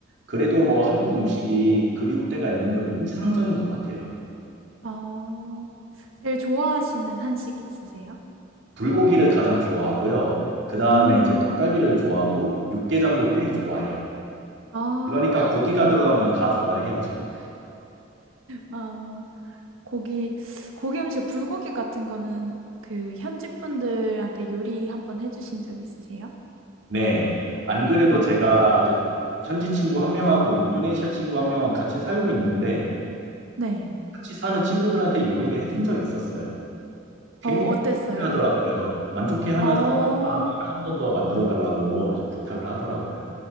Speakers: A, on the right; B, on the right.
A: 그래도
B: 음.
A: 뭐 한국 음식이 그리울 때가 있는 건 인지상정인 것 같아요.
B: 어, 제일 좋아하시는 한식이 있으세요?
A: 불고기를 가장 좋아하고요. 그 다음에
B: 음,
A: 이제 떡갈비를 좋아하고 육개장도 꽤 좋아해요.
B: 아,
A: 그러니까 고기가 들어간 건 다 좋아해요, 저는.
B: 아, 고기, 고기 음식, 불고기 같은 거는 그 현지 분들한테 요리 한번 해주신 적 있으세요?
A: 네. 안 그래도
B: 어,
A: 제가 저 현지 친구 한 명하고 인도네시아 친구 한 명하고 같이 살고 있는데
B: 네.
A: 같이 사는 친구들한테 요리를 해준 적이 있었어요. 굉장히
B: 어, 어땠어요?
A: 만족해 하더라고요. 만족해 하면서
B: 어,
A: 다음에 한 번 더 만들어 달라고 이제 부탁을 하더라고요.